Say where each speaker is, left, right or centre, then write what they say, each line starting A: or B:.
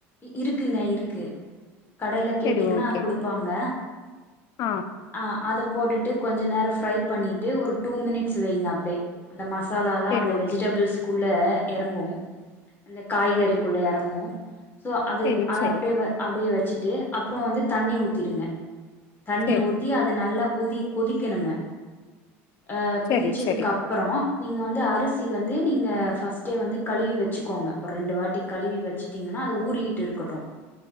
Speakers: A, on the left; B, on the left.
A: இருக்குங்க இருக்கு கடையில கேட்டீங்கன்னா
B: செரி ஓகே
A: குடுப்பாங்க
B: ஆ
A: ஆ அத போட்டுட்டு கொஞ்ச நேரம் ஃப்ரை பண்ணிட்டு ஒரு டூ மினிட்ஸ் வைங்க அப்டியே அந்த மச மசாலாலாம்
B: சரி
A: அந்த
B: ஓகே
A: வெஜிடபிள்ஸ் குள்ள இறங்கும் அந்த காய்கறிக்குள்ள இறங்கும் சோ அது
B: சரி
A: அத
B: சரி
A: அப்டியே வ அப்டியே வ ச்சுட்டு அப்புறம் வந்து தண்ணி ஊத்திருங்க தண்ணி
B: சரி
A: ஊத்தி அது நல்லா கொதி கொதிக்கணுங்க அ
B: சரி
A: குதிச்சதுக்கு
B: சரி
A: அப்புறம் நீங்க வந்து அரிசி வந்து நீங்க ஃபர்ஸ்டே வந்து கழுவி வச்சுக்கோங்க ஒரு ரெண்டு வாட்டி கழுவி வச்சுட்டீங்க அது ஊறிக்கிட்டு இருக்கட்டும்